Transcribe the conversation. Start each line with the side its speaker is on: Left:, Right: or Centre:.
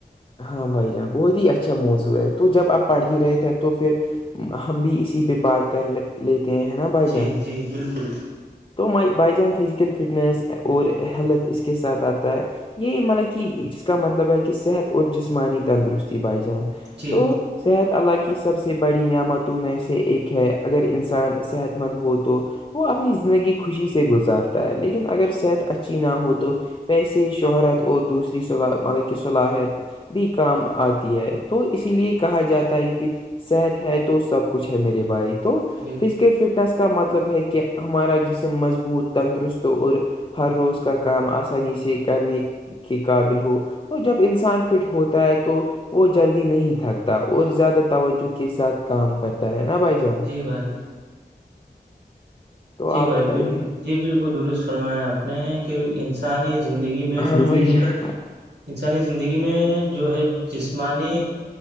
Left: ہاں بھائی جان بہت ہی اچھا موزوع ہے تو جب آپ پڑھ ہی رہے تھے تو پھر ہم بھی اسی پہ بات کر ل لیتے ہیں ہیں نا بائی
Right: جی
Left: جان
Right: جی بالکل
Left: تو مائی بائی جان فزیکل فٹنس اور ہیلتھ اس کے ساتھ آتا ہے یہ مطلب کہ جس کا مطلب ہے کہ صحت اور جسمانی تندرستی بھائی جان
Right: جی
Left: تو صحت اللہ کی سب سے بڑی نعمتوں میں سے ایک ہے اگر انسان صحت مند ہو تو وہ اپنی زندگی خوشی سے گزارتا ہے لیکن اگر صحت اچھی نہ ہو تو پیسے شہرت اور دوسری صلا مطلب کہ صلاحیت بھی کام آتی ہے تو اسی لیے کہا جاتا ہے کہ صحت ہے تو سب کچھ ہے میرے بھائی تو
Right: جی
Left: فزیکل فٹنس کا مطلب ہے کہ ہمارا جسم مضبوط تندرست اور ہر روز کا کام آسانی سے کرنے کے قابل ہو تو جب انسان فٹ ہوتا ہے تو وہ جلدی نہیں تھکتا اور زیادہ توجہ کے ساتھ کام کرتا ہے نا بھائی جان
Right: بائی
Left: تو
Right: جی
Left: آپ
Right: بھائی
Left: بتائیے
Right: بالکل جی بالکل درست فرمایا آپ نے کہ انسانی زندگی میں فزیکل
Left: <unintelligible>
Right: انسانی زندگی میں جو ہے جسمانی